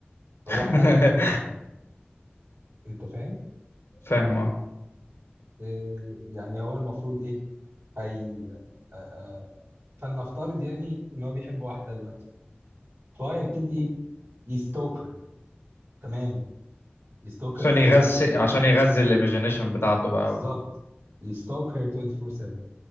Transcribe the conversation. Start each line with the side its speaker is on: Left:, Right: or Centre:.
Right: فهو
Left: <laughs>
Right: حامي حماها انت فاهم
Left: فاهم اه
Right: إيه يعني هو المفروض ايه هي آه، آه، فلنفترض يعني ان هو بيحب واحده دلوقتي فهو هيبتدي ايه يستوكر تماما يستوكر
Left: عشان
Right: 24
Left: يغذي
Right: 7
Left: عشان يغذي الايميجينيشن بتاعته بقى
Right: بالظبط
Left: وال...
Right: يستوكر 24 7